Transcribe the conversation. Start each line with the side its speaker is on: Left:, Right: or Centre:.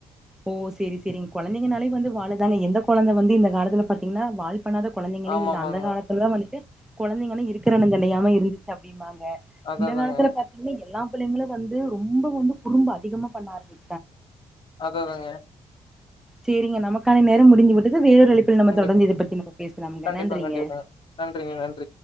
Centre: ஓ சேரி சேரி கொழந்தைங்கனாலே வந்து வாழுதாங்க எந்த கொழந்த வந்து இந்த காலத்துல பாத்தீங்கன்னா வால் பண்ணாத கொழந்தைங்களே
Left: ஆமா
Centre: இல்ல
Left: ஆமாங்க
Centre: அந்த காலத்துலதா வந்துட்டு கொழந்தைங்க இருக்கிற எடந் தெரியாம இருந்துச்சுங்க அப்டிம்பா ங்க
Left: அதா
Centre: இந்த
Left: அதாங்க
Centre: காலத்துல பாத்தீங்கன்னா எல்லா பிள்ளைங்களு வந்து ரொம்ப வந்து குறும்பு அதிகமா பண்ணா ஆரம்பி
Left: அததுதாங்க
Centre: சேரிங்க நமக்கான நேரம் முடிந்து விட்டது வேரு அழைப்பில் நம்ம
Left: கண்டிப்பா
Centre: தொடர்ந்து இத பத்தி நம்ம பேசலாங்க
Left: கண்டிப்பா
Centre: நன்றிங்க
Left: கண்டிப்பாங்க நன்றிங்க நன்றி